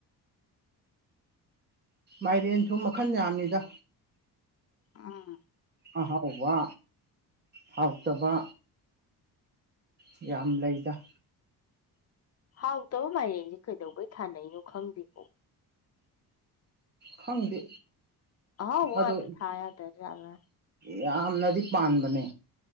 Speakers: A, on the right (about 25°); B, on the left (about 45°).
A: ꯃꯥꯏꯔꯦꯟꯁꯨ ꯃꯈꯟ ꯌꯥꯝꯃꯤꯗ
B: ꯑꯥ
A: ꯑ ꯍꯥꯎꯕ ꯍꯥꯎꯇꯕ ꯌꯥꯝ ꯂꯩꯗ
B: ꯍꯥꯎꯇꯕ ꯃꯔꯦꯡꯁꯦ ꯀꯩꯗꯧꯕꯩ ꯊꯥꯅꯩꯩꯅꯣ ꯈꯪꯗꯦꯀꯣ
A: ꯈꯪꯗꯦ
B: ꯑꯥꯎ ꯋꯥ
A: ꯑꯗꯣ
B: ꯑꯊ ꯊ ꯇ ꯆꯅ
A: ꯌꯥꯝꯅꯗꯤ ꯄꯥꯟꯕꯅꯦ